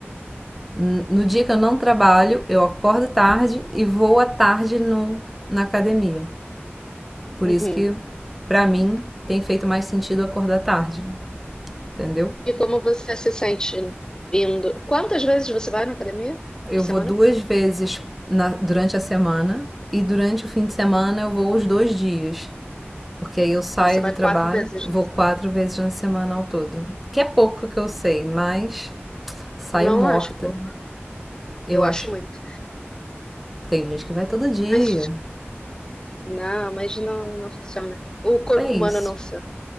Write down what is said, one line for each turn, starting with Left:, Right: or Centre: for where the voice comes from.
Centre: No dia que eu não trabalho, eu acordo tarde e vou à tarde no, na academia. Por
Left: uhum.
Centre: isso que, pra mim, tem feito mais sentido acordar tarde, entendeu?
Left: E como você se sente indo? Quantas vezes você vai na academia
Centre: Eu
Left: por semana?
Centre: vou duas vezes na, durante a semana e durante o fim de semana eu vou os dois dias. Porque aí eu saio
Left: Então você vai
Centre: do trabalho,
Left: quatro vezes.
Centre: vou quatro vezes na semana ao todo. Que é pouco que eu sei, mas saio
Left: Não
Centre: morta.
Left: acho pouco.
Centre: Eu
Left: Eu
Centre: acho.
Left: acho muito.
Centre: Tem gente que vai todo dia.
Left: Mas não, mas não, não funciona. O corpo
Centre: É isso.
Left: humano não funciona,